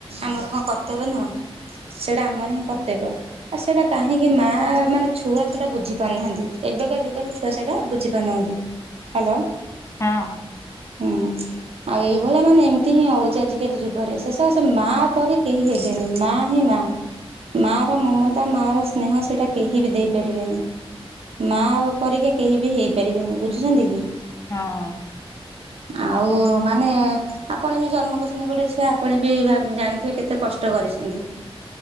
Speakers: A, on the right (about 70°); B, on the left (about 30°).
A: ଆମର କଣ କର୍ ତେବେ ନୁହଁ। ସେଇଟା ଆମର ହିଁ କର୍ତ୍ତବ୍ୟ ଆଉ ସେଇଟା କାହିଁକି ମା ମାନେ ଛୁଆ ସେଇଟା ବୁଝି ପାରୁନାହାନ୍ତି। ଏବେକା ଯୁଗରେ ଛୁଆ ସେଟା ବୁଝିପାରୁନାହାନ୍ତି ହ୍ୟାଲୋ।
B: ହଁ।
A: ହୁଁ। ଆଉ ଏଇଭଳିଆ ମାନେ ଏମିତି ହିଁ ହଉଛି ଆଜିକାଲି ଯୁଗରେ ଶେଷର ସେ ମା ପରି କେହି ହେ ମା ହିଁ ମା ମା ର ମମତା ମା ର ସ୍ନେହ ସେଇଟା କେହି ବି ଦେଇପାରିବେନି। ମା ବାପ ପରିକା କେହି ବି ହେଇପାରିବେନି ବୁଝୁଛନ୍ତି କି?
B: ହଁ ହଁ।
A: ଆଉ ମାନେ ଆପଣ ବି ଜନ୍ମ କରିଛନ୍ତି ଗୋଟେ ଛୁଆ ଆପଣ ବି ଭାବ ଜାଣିଥିବେ କେତେ କଷ୍ଟ କରିଛନ୍ତି?